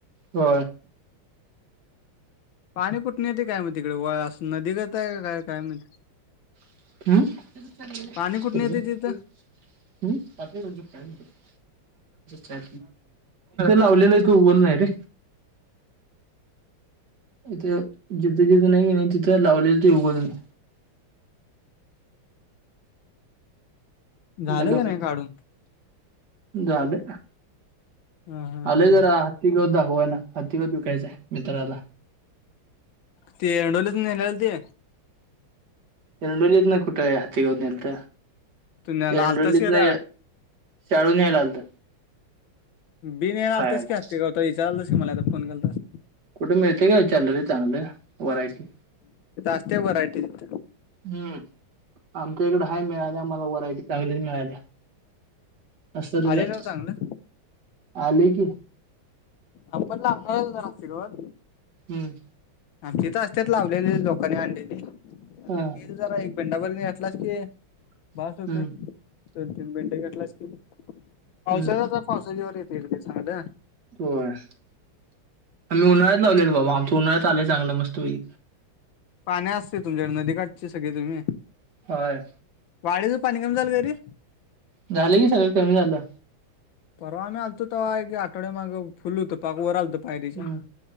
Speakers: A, on the right; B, on the left.
A: हो
B: पाणी कुठून येते काय म्ह तिकडे व अस नदी गताय काय काय माहित
A: हम्.
B: पाणी कुठनं येतंय तिथं?
A: ट लावलेला तू बोल नाही रे इथे जिथ जिथ नाहीे तिथं लावलेलं ते उघोल नाही
B: झालं
A: हॅलो
B: का नाही काढून?
A: झाले
B: हा हा
A: आले जरा
B: हा.
A: ति गं दाखवय ना ह तिघं विकायचंय मित्राला
B: ते अंडोलीत नलेला ते
A: एरडली इेत नाही कुठा आहे हातीतनलत
B: तू न्यायला
A: एरडली
B: आलतास
A: इेतन
B: की आता
A: चाळून न्यायला आलं तो.
B: बिन रा
A: खायला
B: आलोस की हतता विचारालतस का मला आता फोन करतस.
A: कुठे मिळते का विचार ल रे चांगली व्यारायटि
B: तिथं असते व्हरायटी तिथं
A: हम्म आमच्या इकड हाय मिळाली आम्हाला व्हरायटी चांगल्या मिळाल्या. असलच
B: आले
A: आहे
B: ना चांगलं.
A: आलय की
B: अपलारातगवात
A: हम्म.
B: ह तिथ असतेच लावलेली लोकांनी आणलेली. घेईल
A: हा.
B: जरा एक बिंडावर घेतलाच की भास
A: हम्म
B: होते दोन तीन बिंड घेतलाच की पावसाळ्याच
A: हम्म
B: पावसाच्यावर येत ते सांगलं.
A: होय आम्ही उन्हाळ्यात लावलेलो बाबा आमचं उन्हाळ्यात आलंय चांगलं मस्त वई
B: पाणी असते तुमच्याकडे नदी काठची सगळी तुम्ही?
A: होय.
B: वाडेच पनी गमजल गरी
A: झालं की सगळं कमी झालं.
B: परवा म्ही आणलतो ते एक आठवड्यामाग फुलू तर पाक व रालत पायरीच्या
A: हम्म